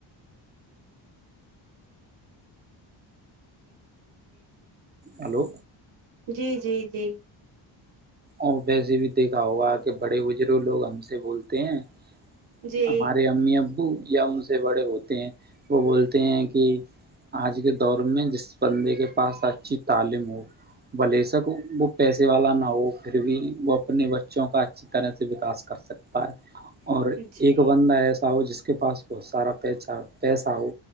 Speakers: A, on the right; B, on the right.
A: <inaudible>
B: ہلو
A: جی جی جی
B: اور ویسے بھی دیکھا ہوگا کہ بڑے بزرگ لوگ ہم سے بولتے ہیں
A: جی
B: کہ ہمارے امی ابو یا ان سے بڑے ہوتے ہیں وہ بولتے ہیں کہ آج کے دور میں جس بندے کے پاس اچھی تعلیم ہو میں لیسکو وہ پیسے والا نہ ہو پھر بھی وہ اپنے بچوں کا اچھی طرح سے وکاس کر سکتا ہے اور
A: جی جی
B: ایک بندہ ایسا ہو جس کے پاس بہت سارا پیسہ پیسہ ہو